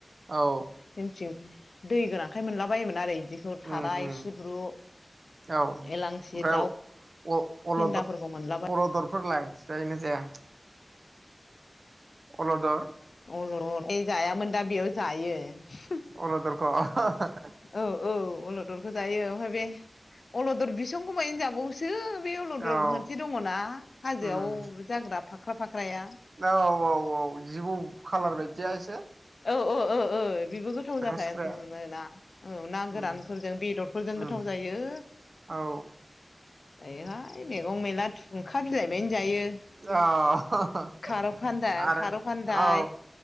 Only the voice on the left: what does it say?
जोंथिं दै गोनांखाय मोनला बायोमोन आरो इदिखौ थाराय
सिब्रु।
एलांसि दाउ
फेन्दाफोरखौ
मोनलाबायो
<unintelligible> जायामोन दा बेयाव जायो ।
औ औ अलदरखो जायो ओमफाय बे अलदर बिसंखौ मानि जाबावोसो। बै अलदर
मोनसे दङ'ना हाजोआव
जाग्रा फाख्रा फाख्राया।
औ औ औ। ओ बिबो गोथाव जाखाया
<unintelligible> ना औ ना
गोरानफोरजों बेदरफोरजों
गोथाव जायो।
जायोहाय मैगं मैला थुंखा बिलाइ मानिजायो।
खार'खान्दा
खार'खान्दाइ